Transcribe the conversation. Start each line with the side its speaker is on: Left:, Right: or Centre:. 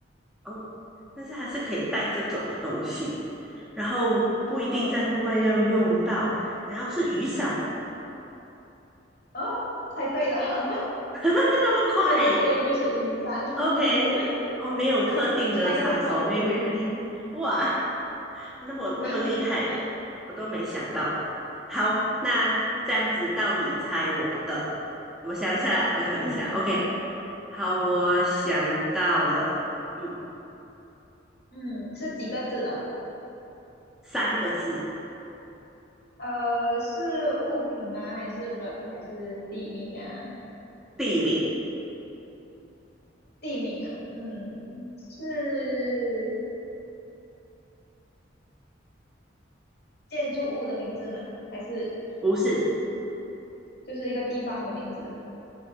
Centre: 哦，但是还是可以带着走的东西，然后不一定在户外要用到，
Left: 嗯，
Centre: 然后是雨伞，
Left: 哦，猜对了，<laughs>
Centre: <laughs> 那么快
Left: 对对对，就是雨伞，<laughs>
Centre: ，OK，哦，没有特定的场所，
Left: 一猜就中。
Centre: 没没没，哇，那么那么厉害，
Left: <laughs>
Centre: 我都没想到。好，那这样子到你猜我的，我想下，我想下，OK，
Left: 嗯
Centre: 好，我想到了，嗯，
Left: 嗯，是几个字的？
Centre: 三个字，
Left: 呃，是物品吗？还是人？还是地名啊？
Centre: 地名，
Left: 地名啊，嗯，是建筑物的名字吗？还是
Centre: 不是，
Left: 就是一个地方的名字？